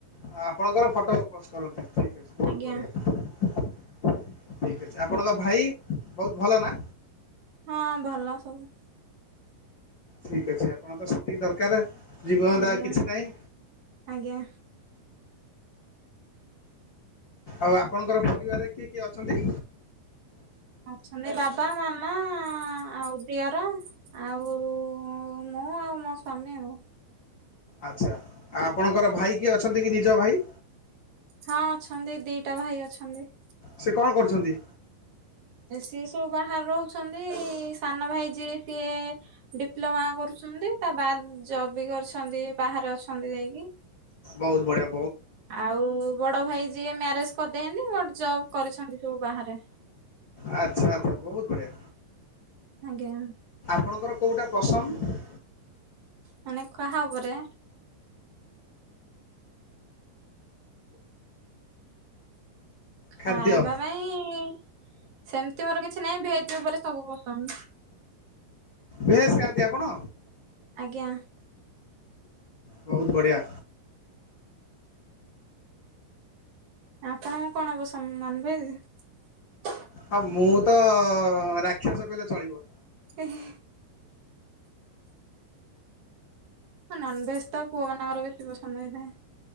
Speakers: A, on the left; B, on the right.
A: ଆ ଆପଣଙ୍କର ଫଟ ପୋସ୍ଟ୍ କରନ୍ତି ଠିକ୍ ଅଛି ବୋହୁତ୍
B: ଆଜ୍ଞା
A: ବଢ଼ିଆ। ଠିକ ଅଛି ଆପଣଙ୍କ ଭାଇ ବହୁତ୍ ଭଲ ନା?
B: ହଁ ଭଲ ସବୁ।
A: ଠିକ ଅଛି ଆପଣ ତ ସେତିକି ଦର୍ କାରେ। ଜୀବଧନ୍ଦା
B: ଆଜ୍ଞା
A: କିଛି ନାଇଁ
B: ଆଜ୍ଞା।
A: ଆଉ ଆପଣଙ୍କର ପରିବାରରେ କିଏ କିଏ ଅଛନ୍ତି?
B: ଅଛନ୍ତି ବାବା ମାମା ଆଉ ଦିଅର ଆଉ ଉ ମୁଁ ଆଉ ମୋ ସ୍ଵାମୀ ଆଉ।
A: ଆଚ୍ଛା ଆପଣଙ୍କର ଭାଇ କିଏ ଅଛନ୍ତି କି ନିଜ ଭାଇ?
B: ହଁ ଅଛନ୍ତି ଦିଟା ଭାଇ ଅଛନ୍ତି।
A: ସେ କଣ କରଚନ୍ତି?
B: ସିଏ ସବୁ ବାହାରେ ରହୁଛନ୍ତି ସାନ ଭାଇ ଯିଏ ସିଏ ଡିପ୍ଲୋମା କରୁ ଛନ୍ତି ତା ବାଦ୍ ଜବ୍ ବି କରିଚନ୍ତି ବାହାରେ ଅଛନ୍ତି ଯାଇଁକି।
A: ବହୁତ୍ ବଢିଆ।
B: ଆଉ ବଡ ଭାଇ ଯିଏ ମ୍ୟାରେଜ୍ କରିଦେଇଅନ୍ତି ବଟ୍ ଜବ୍ କରିଛନ୍ତି ସବୁ ବାହାରେ।
A: ଆଚ୍ଛା ଆଚ୍ଛା ବୋହୁତ୍ ବଢିଆ।
B: ଆଜ୍ଞା।
A: ଆପଣଙ୍କର କେଉଁଟା ପସନ୍ଦ୍?
B: ମାନେ କାହା ଉପରେ ଖାଇବା
A: ଖାଦ୍ୟ
B: ପାଇଁ ସେମିତି ମୋର କିଛି ନହିଁ ଭେଜ ଉପରେ ସବୁ ପସନ୍ଦ୍।
A: ଭେସ୍ ଖାଆନ୍ତି ଆପଣ?
B: ଆଜ୍ଞା।
A: ବୋହୁତ୍ ବଢ଼ିଆ।
B: ଆପଣଙ୍କ କଣବ ସ ନନ୍ ଭେଦରେ।
A: ହଁ ମୁଁ ତ ରାକ୍ଷାସ କହିଲେ ଚଳିବ।
B: ଏହ୍। ହଁ ନନ୍ ଭେସ୍ ତ ପୁଅମାନକର ବି ତିବ ସମଦାଏ।